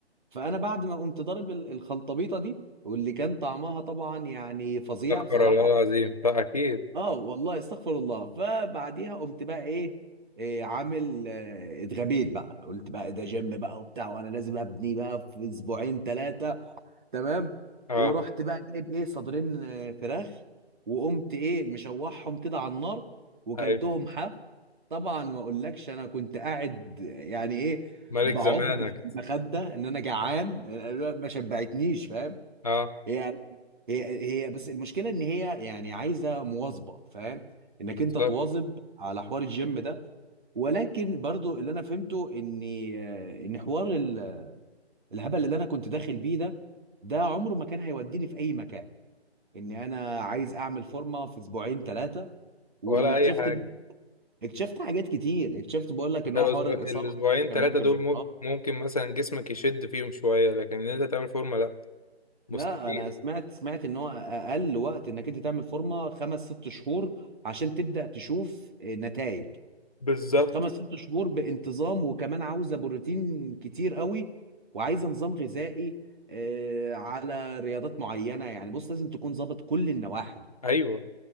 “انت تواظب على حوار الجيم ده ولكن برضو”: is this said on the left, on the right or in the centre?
Right